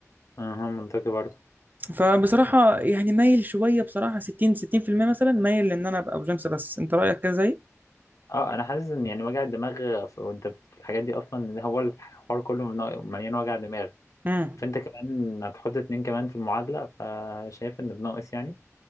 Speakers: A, on the left (about 80°); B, on the right (about 35°).
A: اها منطقي برضه
B: فبصراحة يعني مايل شوية بصراحة 60 60% مثلا مايل لان انا ابقى بجيمس بس انت رأيك كده زي
A: اه انا حاسس ان يعني وجع الدماغ في- وانت في الحاجات دي اصلا ان هو الحوار كله من- مليان وجع دماغ
B: امم
A: فانت كمان هتحط اتنين كمان في المعادلة فشايف ان بناقص يعني